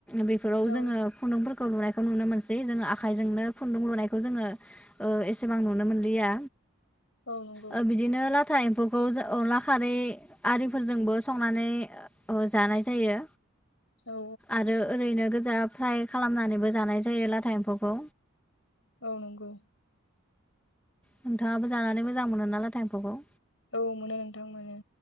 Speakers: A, in the centre; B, on the left.
A: बेफोराव
B: औ
A: जोङो खुन्दुंफोर खौ लुनायखौ नुनो मोनसै जोङो आखाइजोंनो खुन्दुं लुनायखौ जोङो एसेबां नुनो मोनलिया
B: औ नंगौ
A: ओ बिदिनो ला था एम्फौखौ जो अनला खारै आरिफोरजोंबो संनानै ओ जानाय जायो।
B: औ
A: आरो ओरैनो गोजा फ्राय खालामनानैबो जानाय जायो लाथा एम्फौखौ।
B: औ नंगौ
A: नोंथाङाबो जानानै मोजां मोनो ना लाथा एमफौखौ?
B: औ मोनो नोंथां मोनो।